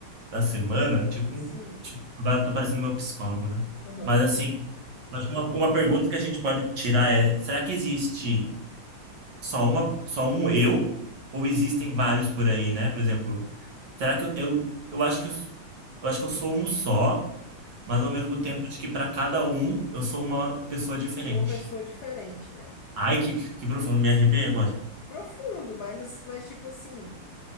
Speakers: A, on the right; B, on the left.
A: da semana, tipo,
B: Sim.
A: um- ti- agora eu tô parecendo meu psicólogo, né?
B: Aham.
A: Mas assim, eu acho que uma, uma pergunta que a gente pode tirar é, será que existe só uma, só um eu? Ou existem vários por aí, né? Por exemplo, será que eu, eu, eu acho que eu, eu acho que eu sou um só? Mas
B: aham.
A: ao mesmo tempo, acho que para cada um eu sou uma pessoa diferente.
B: Uma pessoa diferente, né?
A: Ai, que, que profundo, me arrepiei agora.
B: Profundo, mas, mas tipo assim,